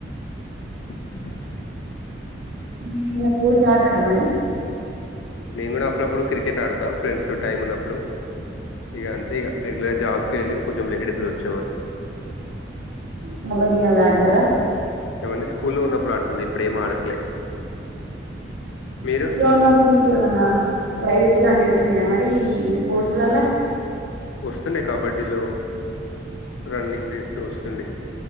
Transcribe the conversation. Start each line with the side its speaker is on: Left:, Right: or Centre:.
Left: ఇప్పుడు మెసేజ్ పెట్టలే
Right: ఈయల స్పోర్ట్స్ ఆడతారా మరి?
Left: నేను కూడా అప్పుడప్పుడు క్రికెట్ ఆడతా ఫ్రెండ్స్ తో టైమ్ ఉన్నప్పుడు ఇగ అంతే ఇగ రెగ్యులర్ జాబ్ కెళ్ళి కొంచెం లేట్ అయితది వచ్చే వరకు
Right: కబడ్డి అది ఆడతార?
Left: అవన్నీ స్కూల్లో ఉన్నప్పుడు ఆడుతుండే ఇప్పుడు ఏం ఆడట్లే
Right: స్కూల్
Left: మీరు
Right: లో ఉన్నప్పుడు మీకేమన్నా ప్రైజ్ లాంటి వచ్చినాయా మరి ఈ స్పోర్ట్స్ లల్ల?
Left: వస్తుండే కబడ్డీలో రన్నింగ్ రేస్లు వస్తుండే